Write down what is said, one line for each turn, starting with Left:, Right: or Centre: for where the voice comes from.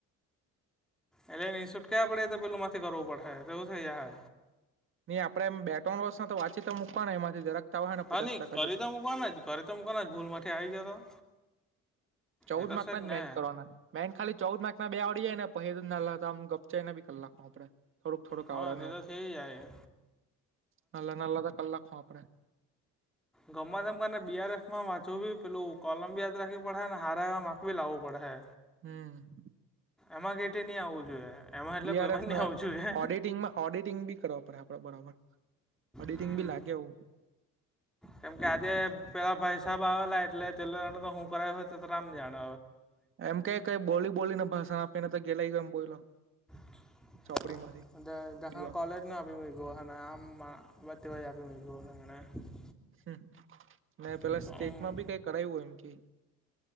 Centre: એટલે નઈ છૂટકા પડે તો પેલું મા થી કરવું પડહે તેવું થઈ જાહે
Right: નઈ આપડે એમ બે ત્રણ વર્ષના તો વાંચી તો મૂકવાના એમાંથી જરાક તો આવહે ને
Centre: હા
Right: પચાસ
Centre: નહી
Right: ટકા
Centre: કરી
Right: જેટલું
Centre: તો મૂકવાના જ કરી તો મૂકવાના જ એમાંથી આવી ગયા તો
Right: ચૌદ
Centre: એ તો
Right: માર્ક
Centre: છે
Right: ના
Centre: જ ને
Right: મેન કરવાના મેઇન ખાલી ચૌદ માર્કના બે આવડી જાય ને પહી તો નાનલા આમ ગપચાવીને બી કરી નાખ હું આપણે થોડુંક થોડુંક
Centre: હા
Right: આવડ ને
Centre: તે
Right: એવું
Centre: તો થઈ જાય
Right: નાંનલા નાનલા તો કરી નાખહુ આપડે
Centre: ગમવા તેમને બીઆરએફ માં વાચવું બી પેલું કોલમ બી યાદ રાખવી પડહે હારા એવા માક ભી લાવવું પડહે
Right: હમ
Centre: એમાં કેટી ની આવું જોઈએ એમાં એટલે
Right: બીઆરએફ
Centre: કોઈમાં નઈ
Right: ના
Centre: આવું જોઈએ
Right: ઓડિટિંગમાં ઓડિટિંગ બી કરવા પડહે આપડે બરાબર ઓડિટિંગ
Centre: હમ
Right: બી લાગે એવુ
Centre: કેમ કે આજે પેલા ભાઈસાહેબ આવેલા એટલે <unintelligible> હું કરાવ્યો તો તો રામ જાણ
Right: એમ કે કઈ બોલી બોલીને ભાષણ આપીને તો ગેલાયો એમ બોયલો
Centre: <unintelligible>
Right: ચોપડી માંથી હમ
Centre: ગોહના આમ વતી <unintelligible>
Right: હ ને પેલા
Centre: એને
Right: સ્ટેટમાં બી કઈ કરાવ્યું એમ કે